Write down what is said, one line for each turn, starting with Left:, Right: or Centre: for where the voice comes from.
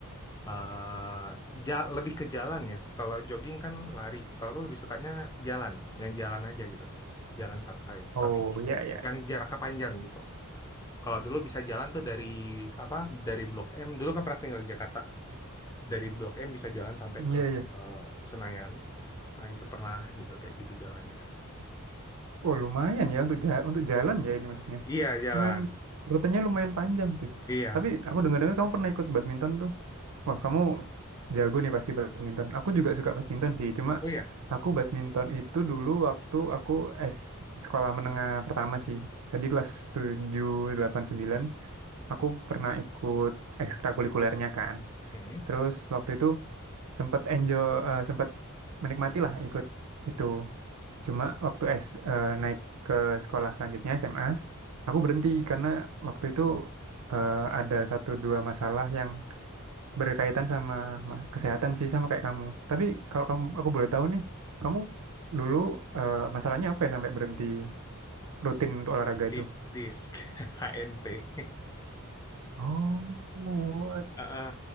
Left: eh, ja- lebih ke jalan ya kalau jogging kan lari kalau aku lebih sukanya jalan yang jalan aja gitu jalan santai
Right: Oh
Left: tapi
Right: ya ya
Left: yang
Right: ya.
Left: jaraknya panjang gitu kalau dulu bisa jalan tuh dari apa dari Blok M dulu kan pernah tinggal di Jakarta dari Blok M bisa jalan sampai
Right: Iya
Left: ke
Right: ya.
Left: eh, Senayan. Nah, itu pernah gitu kayak gitu jalannya.
Right: Oh lumayan ya untuk jalan, untuk jalan ya ini maksudnya.
Left: Iya, jalan.
Right: Lumayan rutenya lumayan panjang tuh.
Left: Iya.
Right: Tapi aku dengar-dengar kamu pernah ikut badminton tuh. Wah kamu jago nih pasti badminton. Aku juga suka badminton sih. Cuma
Left: Oh iya.
Right: aku badminton itu dulu waktu aku S sekolah menengah pertama sih. jadi kelas tujuh delapan sembilan Aku pernah ikut ekstrakurikulernya kan.
Left: Mm-mm.
Right: Terus waktu itu sempat enjoy, eh, sempat menikmati lah ikut itu. Cuma waktu S eh, naik ke sekolah selanjutnya SMA, aku berhenti karena waktu itu eh, ada satu dua masalah yang berkaitan sama ma- kesehatan sih sama kayak kamu. Tapi kalau kamu aku boleh tahu nih, kamu dulu eh, masalahnya apa ya sampai berhenti rutin untuk olahraga
Left: Lip
Right: itu?
Left: disk <laughs> HNP.
Right: Oh, what?
Left: Heeh.